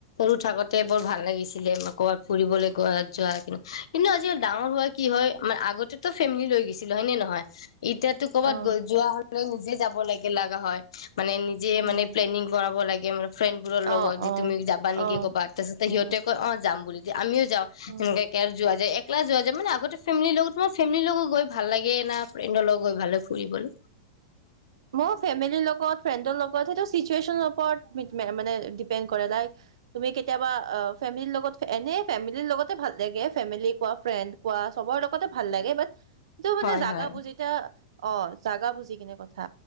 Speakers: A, on the left; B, on the right.
A: ৰু থাকোতে বৰ ভাল লাগিছিলে ক'ৰবাত ফুৰিবলৈ গাত যোৱা, কিন্তু কিন্তু আজিকালি ডাঙৰ হোৱা কি হয়, ম আগতেটো ফেমিলি লৈ গৈছিল হয় নে নহয়। এতিয়াতো ক'বাত
B: অ
A: গৈ যোৱা হ'লে নিজে যাব ব লেকে লাগা হয়। মানে নিজে
B: উম
A: মানে প্লেনিং কৰাব লাগে। কে <unintelligible> ফ্ৰেণ্ড বোৰৰ লগত
B: অ
A: যি
B: অ
A: তুমি নিকি
B: অ
A: ক'বাত, তাৰিপছতে
B: অ
A: সহ'তে কয় অ' যাম বুলি। যে আমিওঁ যওঁ
B: উম
A: এনেকে কে যোৱা যায় লাই যোৱা যায় মানে, আগতে ফেমিৰ লগত তোমাৰ ফেমিলিৰ লগত গৈ ভাল লাগে ন ফ্ৰেণ্ডৰ লগ গৈ ভালে ফুৰিবলৈ?
B: মই ফেমেলিৰ লগত ফ্ৰণ্ডৰ লগত হেইতো মানে চটোয়েশ্যনৰ ওপৰত মানে ডিপেন কৰে, লাইক তুমি কতিয়াবা ফেমেলিৰ লগত এনে ফেমেলিৰ লগতে ভাল লাগে, ফেমেলি কোৱা ফ্ৰণ্ড কোৱা চবৰে লগতে ভাল লাগে। বাট য' মানে
A: হয়
B: জাগা
A: হয়
B: বুজি এতিয়া অ জাগা বুজি কিনে কথা থা